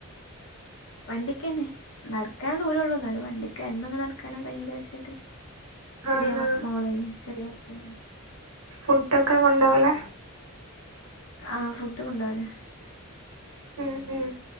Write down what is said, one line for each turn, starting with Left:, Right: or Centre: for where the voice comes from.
Left: വണ്ടിക്കന്നെ നടക്കാൻ ദൂര ഉള്ളൂ എന്നാലും വണ്ടിക്കാ എന്നും നടക്കാൻ കഴിയില്ല വിചാരിച്ച്ട്ട് ചെറിയ
Right: ആ ആ
Left: മോൾലേ ചെറിയ മക്കൾ
Right: ഫുഡ് ഒക്കെ കൊണ്ടോവല
Left: ആഹ് ഫുഡ് കൊണ്ടോവലാ
Right: ഉം ഉം